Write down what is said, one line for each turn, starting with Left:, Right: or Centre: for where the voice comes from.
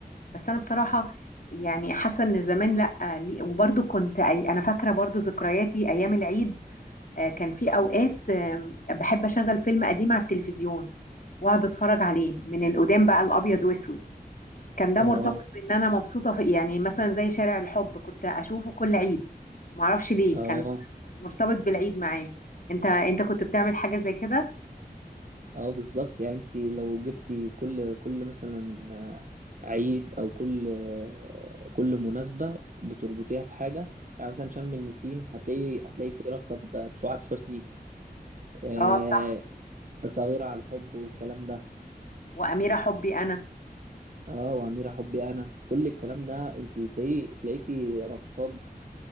Left: بس انا بصراحه يعني حاسه ان زمان لا ليه- وبرضو كنت أي انا فاكره برضو ذكرياتي ايام العيد آه، كان في اوقات آم، بحب اشغل فيلم قديم على التلفزيون واقعد اتفرج عليه من القدام بقى الابيض واسود كان ده
Right: اه
Left: مرتبط بان انا مبسوطه في يعني مثلا زي شارع الحب كنت اشوفه كل عيد معرفش ليه
Right: اه
Left: كان مرتبط بالعيد معايا انت انت كنت بتعمل حاجه زي كده
Right: اه بالظبط يعني انت لو جبتي كل كل مثلا آه، عيد او كل آه، كل مناسبة بتربطيها بحاجة يعني مثلا شم النسيم هتلاقي هتلاقيكي رابطة ب- بسعاد حسني آه،
Left: اه صح
Right: صغيرة على الحب والكلام ده
Left: واميره حبي انا
Right: اه وأميرة حبي انا كل الكلام ده انت تلاقي تلاقيكي رابطة